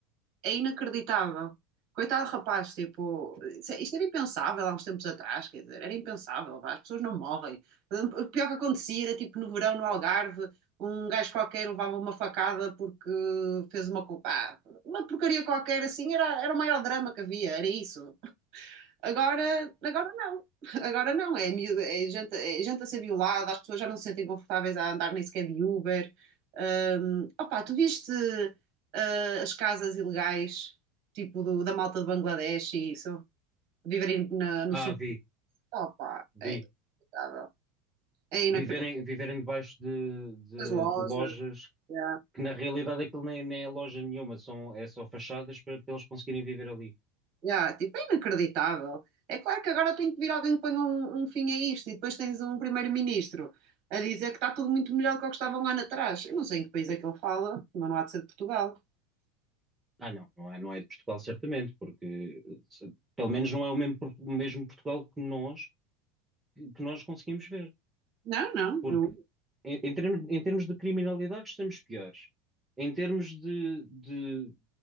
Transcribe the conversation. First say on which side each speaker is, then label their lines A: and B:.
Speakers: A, on the right; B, on the right.
A: é inacreditável. Coitado do rapaz, tipo, isso é- isto era impensável há uns tempos atrás, quer dizer, era impensável, vá, as pessoas não morrem. O pior que acontecia era tipo no verão, no Algarve, um gajo qualquer levava uma facada porque fez uma culpa. Ah, Uma porcaria qualquer assim, era, era o maior drama que havia, era isso. Agora, agora não. <laughs> Agora não. É, miúdo- é gente, é gente a ser violada, as pessoas já não se sentem confortáveis a andar nem sequer de Uber. Ahm, opa, tu viste, ah, as casas ilegais, tipo do- da malta de Bangladesh e isso? Viverem na- no
B: Ah,
A: sub
B: vi,
A: Opa,
B: vi.
A: é inacreditável. É inacreditável.
B: Viverem, viverem debaixo de, de,
A: As lojas.
B: de lojas
A: yeah.
B: que na realidade aquilo nem, nem é loja nenhuma, são, é só fachadas para, para eles conseguirem viver ali.
A: Já, tipo, é inacreditável. É claro que agora tem que vir alguém que ponha um, um fim a isto e depois tens um primeiro-ministro a dizer que está tudo muito melhor do que o que estava um ano atrás. Eu não sei em que país é que ele fala, mas não há de ser de Portugal.
B: Ah, não, não é, não é de Portugal certamente, porque se- pelo menos não é o mesmo, Por- o mesmo Portugal que nós, que nós conseguimos ver.
A: Não, não,
B: Porque
A: eu-
B: em, em termos, em termos de criminalidade estamos piores. Em termos de, de